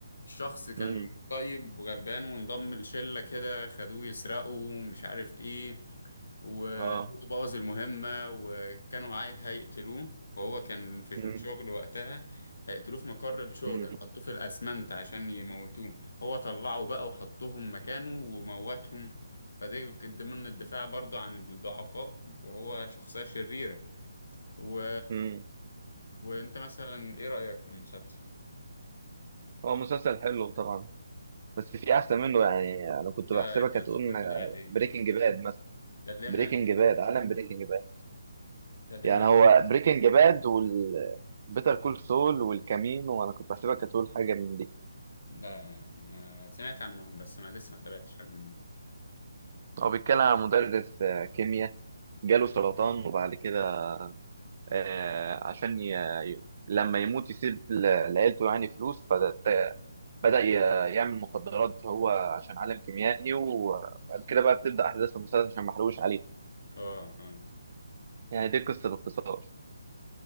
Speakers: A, on the left; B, on the right.
A: شخص كان
B: امم
A: طيب وغلبان وانضم لشله كده خدوه يسرقوا مش عارف ايه وهو
B: اه
A: بوظ المهمة وكانوا عايز هيقتلوه وهو كان في
B: امم
A: الشغل وقتها هيقتلوه في مقر الشغل
B: امم
A: حطوه في الأسمنت عشان يموتوه هو طلعه بقى وحطهم مكانه وموتهم فدي كانت ضمن الدفاع برضه عن الضعفاء وهو شخصية شريرة و...
B: امم
A: وانت مثلا ايه رأيك في المسلسل؟
B: هو مسلسل حلو طبعا بس في احسن منه يعني انا كنت
A: انت
B: بحسبك
A: انت
B: هتقول
A: انت تابعت ايه؟
B: بريكنج باد مثلا
A: كلمنا
B: بريكنج
A: عن بريكنج
B: باد
A: باد
B: عالم بريكنج باد
A: كلمنا
B: يعني
A: عن
B: هو
A: بريكنج
B: بريكنج
A: باد
B: باد وال بيتر كول سول والكمين وانا كنت بحسبك هتقول حاجه من دي
A: لا ما سمعت عنهم بس ما لسه ما تابعتش حاجة منهم
B: هو بيتكلم عن مدرس آه، كيمياء جاله سرطان وبعد كده آه، عشان ي... ي- لما يموت يسيب ل- لعيلته يعني فلوس فبدأ ي- يعمل مخدرات هو عشان عالم كيميائي وبعد كده بقى بتبدأ أحداث المسلسل عشان ما احرقوش عليه
A: اه اه
B: يعني دي قصة باختصار